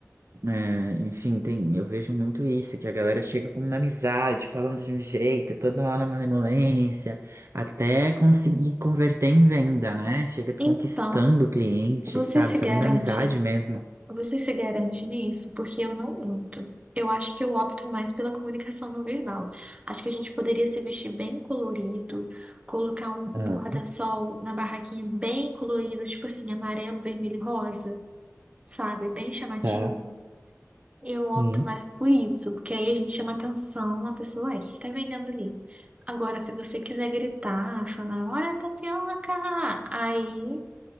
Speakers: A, on the right (about 55°); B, on the right (about 25°).
A: É, enfim, tem, eu vejo muito isso, que a galera chega com uma amizade, falando de um jeito, toda lá na malemolência, até conseguir converter em venda, né? Chega conquistando
B: Então,
A: o cliente,
B: você
A: sabe?
B: se
A: Fazendo
B: garante,
A: amizade mesmo.
B: você se garante nisso? Porque eu não muito. Eu acho que eu opto mais pela comunicação não verbal. Acho que a gente poderia se vestir bem colorido, colocar um, um
A: Ah,
B: guarda-sol na barraquinha bem colorido, tipo assim, amarelo, vermelho e rosa, sabe? Bem chamativo.
A: tá.
B: Eu opto
A: Hum.
B: mais por isso, porque aí a gente chama atenção, a pessoa, ué, o que que tá vendendo ali? Agora, se você quiser gritar, falar, olha a tapioca, aí,